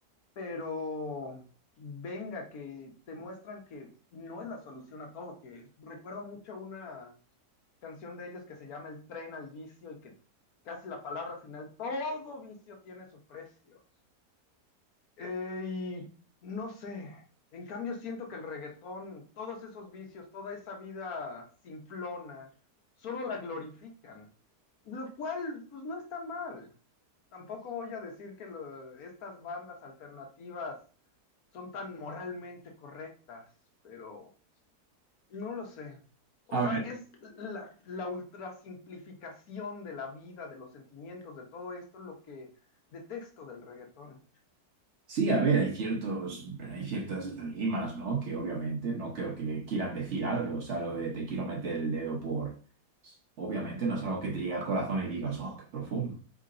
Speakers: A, on the left (about 70°); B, on the right (about 50°).
A: pero venga, que te muestran que no es la solución a todo, que recuerdo mucho una canción de ellos que se llama El tren al vicio y que casi la palabra final, todo vicio tiene su precio. Eh, y no sé, en cambio siento que el reggaetón, todos esos vicios, toda esa vida simplona, solo la glorifican, lo cual pues no está mal. Tampoco voy a decir que lo- estas bandas alternativas son tan moralmente correctas, pero no lo sé. O
B: A
A: sea,
B: ver,
A: es la, la ultrasimplificación de la vida, de los sentimientos, de todo esto, lo que detesto del reggaetón.
B: sí, a ver, hay ciertos, hay ciertas rimas, ¿no? Que obviamente no creo que quieran decir algo, o sea, lo de te quiero meter el dedo por... Obviamente no es algo que te llegue al corazón y digas, oh, qué profundo.